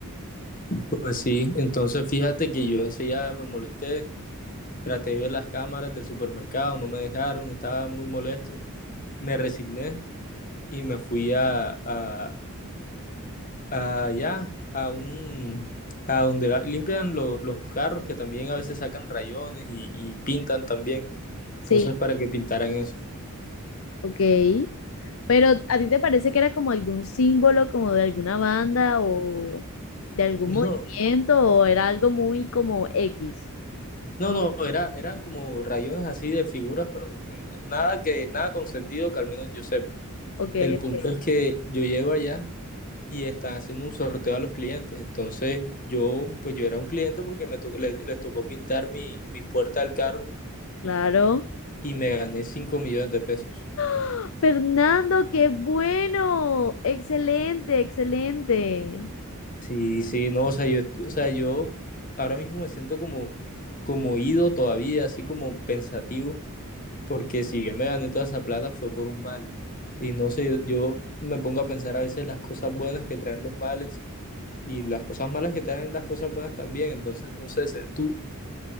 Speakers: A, on the left (about 35°); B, on the left (about 60°).
A: pues sí, entonces fíjate que yo enseguida me molesté, traté de ver las cámaras del supermercado, no me dejaron, estaba muy molesto, me resigné y me fui a, a, a allá, a un, a donde la- limpian lo- los carros, que también a veces sacan rayones y, y pintan también,
B: sí,
A: entonces para que pintaran eso.
B: ok. Pero ¿a ti te parece que era como algún símbolo, como de alguna banda o de algún
A: No,
B: movimiento o era algo muy como X?
A: No, no, era, eran como rayones así de figuras, pero n- nada que, nada con sentido que al menos yo sepa.
B: Ok,
A: El punto
B: ok,
A: es que yo llego allá y están haciendo un sorteo a los clientes. Entonces yo, pues yo era un cliente porque me to- le- les tocó pintar mi, mi puerta del carro
B: claro.
A: y me gané 5 millones de pesos.
B: ¡Ah! Fernando, qué bueno. Excelente, excelente.
A: Sí, sí, no, o sea, yo, o sea, yo ahora mismo me siento como, como ido todavía, así como pensativo porque si yo me gané toda esa plata fue por un mal. Y no sé, yo, yo me pongo a pensar a veces las cosas buenas que traen los males y las cosas malas que traen las cosas buenas también. Entonces, no sé, se- ¿tú,